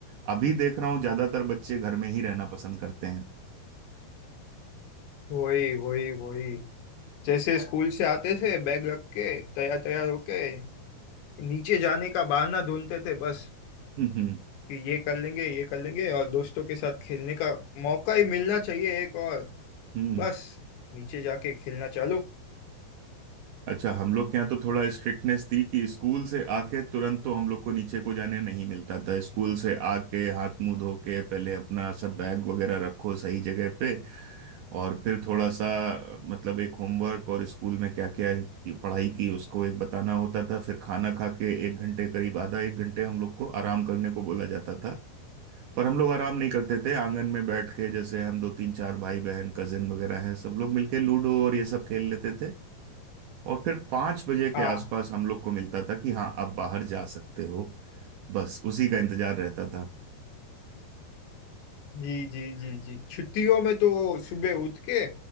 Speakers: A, on the right (about 75°); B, on the left (about 85°).
A: अभी देख रहा हूँ ज्यादातर बच्चे घर में ही रहना पसंद करते हैं
B: वही वही वही जैसे स्कूल से आते थे बैग रख के तैयार तैयार होके नीचे जाने का बहाना ढूंढते थे बस
A: हम्म
B: कि ये कर लेंगे ये कर लेंगे और दोस्तों के साथ खेलने का मौका ही मिलना चाहिए एक और
A: हम्म
B: बस नीचे जाके खेलना चालू
A: अच्छा हम लोग के यहाँ तो थोड़ा स्ट्रिक्टनेस थी कि स्कूल से आके तुरंत तो हम लोग को नीचे को जाने नहीं मिलता था स्कूल से आके हाथ मुंह धो के पहले अपना सब बैग वगैरह रखो सही जगह पे और फिर थोड़ा सा मतलब एक होमवर्क और स्कूल में क्या क्या पढ़ाई की उसको एक बताना होता था फिर खाना खा के एक घंटे करीब आधा एक घंटे हम लोग को आराम करने को बोला जाता था पर हम लोग आराम नहीं करते थे आंगन में बैठ के जैसे हम दो तीन चार भाई बहन कजिन वगैरह हैं सब लोग मिलके लूडो और ये सब खेल लेते थे और फिर पांच बजे के
B: हाँ
A: आसपास हम लोग को मिलता था कि हाँ अब बाहर जा सकते हो बस उसी का इंतजार रहता था
B: जी जी जी जी छुट्टियों में तो सुबह उठ के